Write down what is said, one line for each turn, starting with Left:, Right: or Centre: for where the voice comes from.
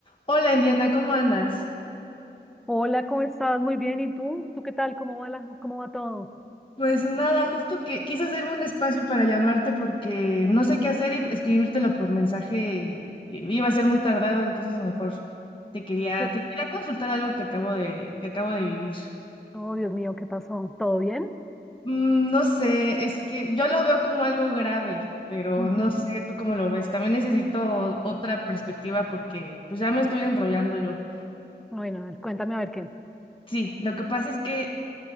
Left: Hola Indiana, ¿cómo andas?
Centre: Hola, ¿cómo estás? Muy bien. ¿Y tú? ¿Tú qué tal? ¿Cómo va la, cómo va todo?
Left: Pues nada, justo que quise hacerme un espacio para llamarte porque no sé qué hacer y escribírtelo por mensaje i- iba a ser muy tardado, entonces mejor te quería,
Centre: ¿Qué-
Left: te quería consultar algo que acabo de, que acabo de vivir.
Centre: Oh, Dios mío, ¿qué pasó? ¿Todo bien?
Left: Mm, no sé, es que yo lo veo como algo grave, pero
Centre: Ujú.
Left: no sé tú cómo lo ves. También necesito otra perspectiva porque pues ya me estoy enrollando yo.
Centre: Bueno, a ver, cuéntame a ver qué.
Left: Sí, lo que pasa es que